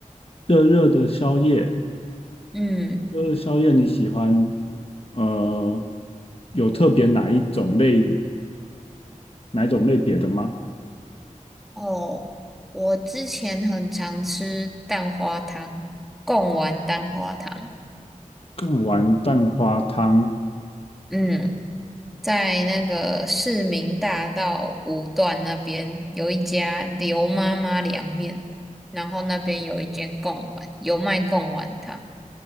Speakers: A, on the left; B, in the centre.
A: 热热的宵夜，
B: 嗯，
A: 热热宵夜你喜欢，呃，有特别哪一种类哪一种类别的吗？
B: 哦，我之前很常吃蛋花汤，贡丸蛋花汤。
A: 贡丸蛋花汤，
B: 嗯。在那个市民大道五段那边有一家刘妈妈凉面，然后那边有一间贡丸，有卖贡丸汤，